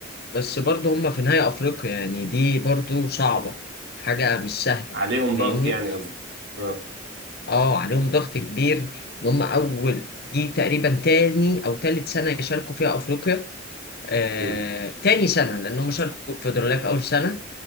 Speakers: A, on the left (about 55°); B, on the right (about 65°).
A: بس برضو هما في نهاية افريقيا يعني دي برضو صعبة حاجة مش سهلة
B: عليهم
A: فاهمني
B: ضغط يعني قصدك اه
A: اه عليهم ضغط كبير ان هما اول دي تقريبا تاني او تالت سنة يشاركوا فيها افريقيا آه،
B: امم
A: تاني سنة لأن هم شاركوا في الكونفدرالية في أول سنة